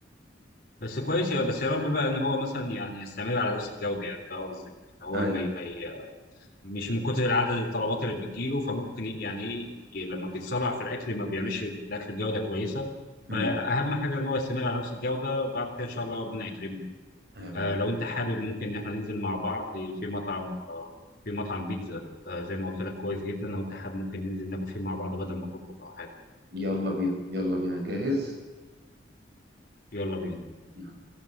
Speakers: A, on the left (about 55°); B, on the right (about 60°).
A: بس كويس يا بس يا رب بقى ان هو مثلا يعني يستمر على نفس الجوده يعني ده قصدي ان هو
B: ايوه
A: ما ي- ما ي- مش من كتر عدد الطلبات اللي بتجيله فممكن ي- يعني ايه لما بيتصارع في الاكل ما بيعملش الاكل بجوده كويسه
B: امم
A: فاهم حاجه ان هو يستمر على نفس الجوده وبعد كده ان شاء الله ربنا يكرمني
B: امين
A: آه، لو انت حابب ممكن ان احنا ننزل مع بعض في مطعم آه، في مطعم بيتزا آه، زي ما قلت لك كويس جدا لو انت حابب ممكن ننزل ناكل فيه مع بعض بدل ما تطبخ او حاجه
B: يلا بينا يلا بينا جاهز
A: يلا بينا
B: يلا.